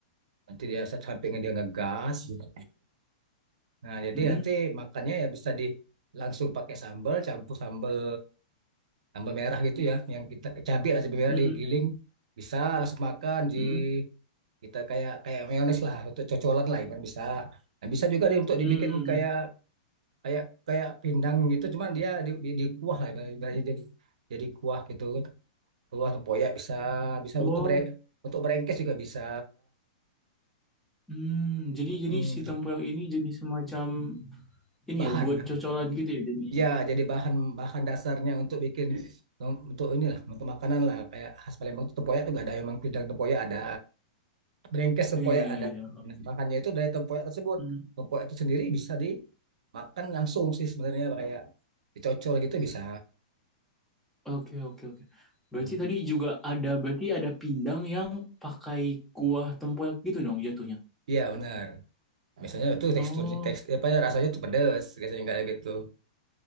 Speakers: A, on the right; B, in the centre.
A: Nanti dia sampai dia ngegas, gitu. Nah, jadi
B: Mm-mm.
A: nanti makannya ya bisa di langsung pakai sambal, campur sambal sambal merah gitu ya, yang kita cabai lah cabai merah
B: Mm-mm.
A: digiling, bisa langsung makan di
B: Mm-mm.
A: kita kayak kayak mayones lah untuk cocolan lah ibarat bisa. Nah, bisa juga di- untuk
B: Mm-mm.
A: dibikin kayak kayak kayak pindang gitu, cuman dia di, di, di kuah lah ibarat- ibaratnya jadi jadi kuah gitu, kan. kuah tempoyak bisa bisa
B: Oh,
A: untuk bere, untuk berengkes juga bisa
B: hmm. Jadi
A: Mm-mm.
B: jadi si tempoyak ini jadi semacam ini
A: bahan.
B: ya buat cocolan gitu ya jadinya.
A: Ya, jadi bahan bahan dasarnya untuk bikin untuk inilah untuk makanan lah kayak khas Palembang itu tempoyak itu gak ada memang tidak tempoyak ada brengkes tempoyak
B: Iya iya
A: ada
B: iya.
A: Nah, bahannya itu dari tempoyak tersebut
B: Hmm.
A: tempoyak itu sendiri bisa dimakan langsung sih sebenarnya kayak dicocol gitu bisa
B: Oke oke oke. Berarti
A: Hmm.
B: tadi juga ada berarti ada pindang yang pakai kuah tempoyak gitu dong jatuhnya.
A: iya benar biasanya itu teksturnya
B: Oh,
A: teks apa ya rasanya tuh pedas biasanya nggak gitu